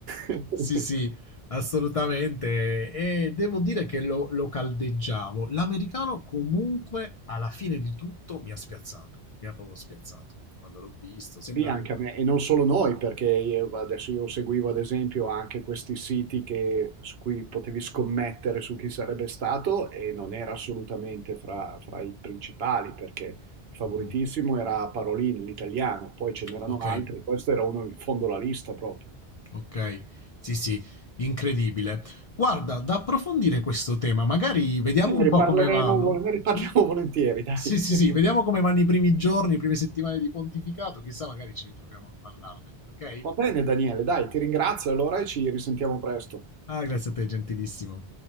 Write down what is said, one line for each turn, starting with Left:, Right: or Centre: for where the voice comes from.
Right: <laughs>
Left: sì, sì, assolutamente. E devo dire che lo, lo caldeggiavo. L'americano comunque, alla fine di tutto, mi ha spiazzato. Mi ha proprio spiazzato quando l'ho visto. Sembra
Right: Sì, anche
Left: anche...
Right: a me, e non solo noi, perché io- adesso io seguivo ad esempio anche questi siti che- su cui potevi scommettere su chi sarebbe stato e non era assolutamente fra, fra i principali, perché il favoritissimo
Left: Mhm.
Right: era Parolin, l'italiano, poi ce n'erano
Left: Ok.
Right: altri, questo era uno in fondo alla lista proprio.
Left: Okay. Sì, sì, incredibile. Guarda, da approfondire questo tema, magari vediamo
Right: Sì, ne
Left: un
Right: riparleremo,
Left: po' come vanno.
Right: vol- ne riparliamo
Left: Mh?
Right: <laughs> volentieri, dai.
Left: Sì, sì,
Right: <laughs>
Left: sì, vediamo come vanno i primi giorni, le prime settimane di pontificato, chissà magari ci ritroviamo a parlarne, okay?
Right: Va bene, Daniele, dai, ti ringrazio allora e ci risentiamo presto.
Left: Ah, grazie a te, gentilissimo.